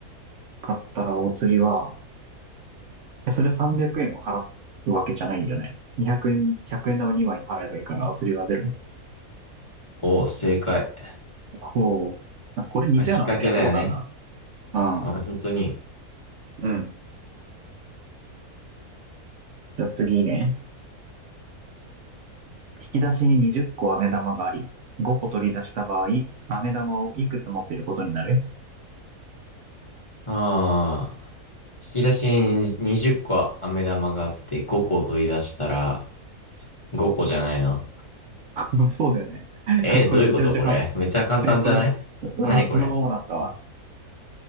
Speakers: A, on the right; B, on the left.
A: 買ったらお釣りは、えそれ300円を払うわけじゃないよね。200円、1円玉2枚払えばいいからお釣りはゼロ。
B: おお、正解。
A: こう。あこれ似たようなもんでやったことあるな。
B: まあ、引っ掛けだよね。
A: ああ、
B: あ、本当に。
A: うん。じゃあ次ね。引き出しに20個飴玉があり、5個取り出した場合、飴玉をいくつ持っていることになる
B: ああ。引き出しに20個飴玉があって5個取り出したら5個じゃないの
A: <laughs> そうだよね。<laughs>
B: えーどういうことこれめっちゃ簡単じゃない何これ
A: これめちゃめちゃ簡単。え、これす、あそのままだったわ。